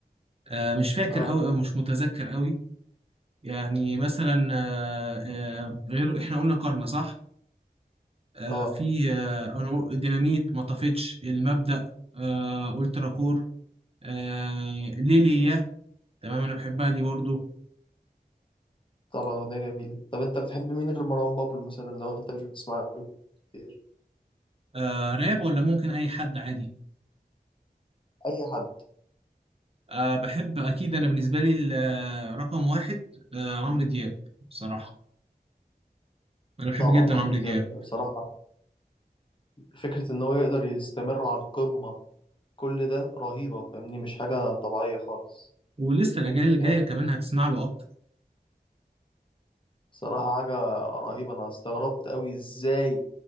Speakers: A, on the right; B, on the left.
A: آه، مش فاكر
B: اه
A: أوي أو مش متذكر أوي يعني مثلا آه، آه، غير إحنا قلنا كارما صح؟ آه،
B: اه
A: في آه، أنا قل- ديناميت ما طفتش المبدأ آه، قلت راكور آه، ليلي تمام انا بحبها دي برضه
B: طبعا اغنيه جميله طب انت بتحب مين غير مروان بابلو مثلا لو انت مش بتسمع له كتير
A: آه راب ولا ممكن اي حد عادي
B: اي حد
A: آه بحب اكيد انا بالنسبه لي ال- آه، رقم واحد آه عمرو دياب بصراحه انا بحب
B: طبعا
A: جدا
B: عمرو
A: عمرو
B: دياب
A: دياب
B: بصراحة فكرة إن هو يقدر يستمر على القمة كل ده رهيبة فاهمني مش حاجة طبيعية خالص
A: ولسه الاجيال اللي
B: يعني
A: جايه كمان هتسمع له اكتر
B: بصراحة حاجة رهيبة أنا استغربت أوي إزاي